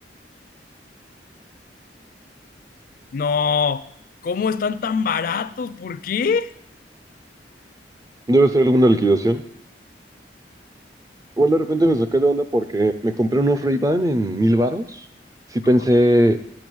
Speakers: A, on the left; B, on the right.
A: No, ¿cómo están tan baratos? ¿Por qué?
B: Debe ser alguna liquidación. Igual de repente me saqué de onda porque me compré unos Ray-Ban en mil varos. Sí pensé,
A: Ah,